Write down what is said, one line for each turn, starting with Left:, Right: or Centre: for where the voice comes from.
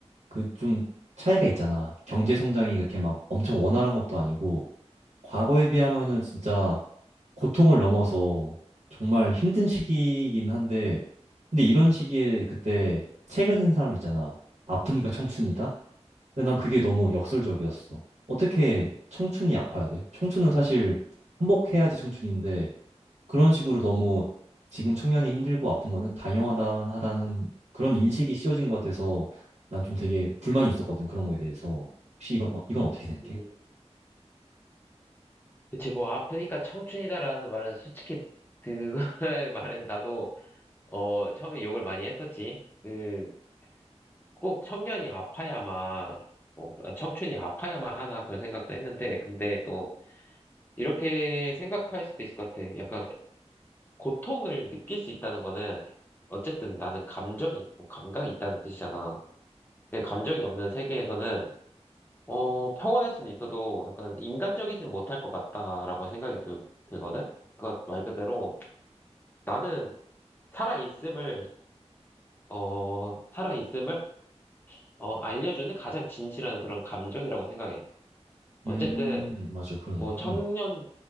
Right: 그 좀 차이가 있잖아. 경제 성장이 그렇게 막 엄청 원활한 것도 아니고 과거에 비하면은 진짜 고통을 넘어서 정말 힘든 시기이긴 한데 근데 이런 시기에 그때 책을 쓴 사람 있잖아. 아프니까 청춘이다. 근데 난 그게 너무 역설적이었어. 어떻게 청춘이 아파야 돼? 청춘은 사실 행복해야지 청춘인데 그런 식으로 너무 지금 청년이 힘들고 아픈 거는 당연하다는 그런 인식이 씌워진 것 같아서 난 좀 되게 불만이 있었거든. 그런 거에 대해서. 혹시 이건, 어- 이건 어떻게 생각해?
Left: 음, 그치, 뭐, 아프니까 청춘이다라는 말은 솔직히, 그거의 <laughs> 말은 나도, 어, 처음에 욕을 많이 했었지. 그, 꼭 청년이 아파야만, 뭐, 청춘이 아파야만 하나 그런 생각도 했는데, 근데 또, 이렇게 생각할 수도 있을 것 같아. 약간, 고통을 느낄 수 있다는 거는, 어쨌든 나는 감정이 있고, 감각이 있다는 뜻이잖아. 예, 감정이 없는 세계에서는 어, 평온할 수는 있어도 약간 인간적이진 못할 것 같다라고 생각이 들, 들거든. 그러니까 말 그대로 나는 살아 있음을 어, 살아 있음을 어, 알려주는 가장 진실한 그런 감정이라고 생각해. 어쨌든
Right: 음, 음, 맞아, 그러네.
Left: 뭐 청년
Right: 음,